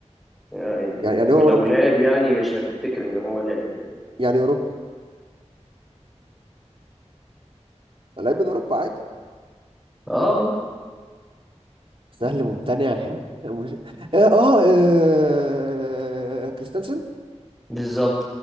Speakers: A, in the centre; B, on the right.
A: آه، يعني
B: يعني يعني
A: ولو
B: هو اوروبي
A: لعب يعني مش هتفتكر ان هو لعب يعني
B: يعني اوروبي لعيب من اوروبا عادي
A: اه
B: سهل ممتنع <laughs> مش... اه اه آه، كريستنسن
A: بالظبط